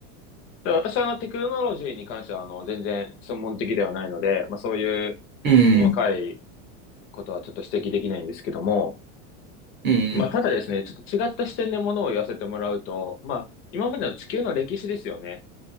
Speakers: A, on the left; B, on the right.
A: で、私はあのテクノロジーに関してはあの全然専門的ではないので、まあそういう
B: うん。
A: 細かい
B: うん
A: ことはちょっと指摘できないんですけども、
B: うん。うんうん。
A: まあただですね、ちょっと違った視点でものを言わせてもらうと、まあ今までの地球の歴史ですよね。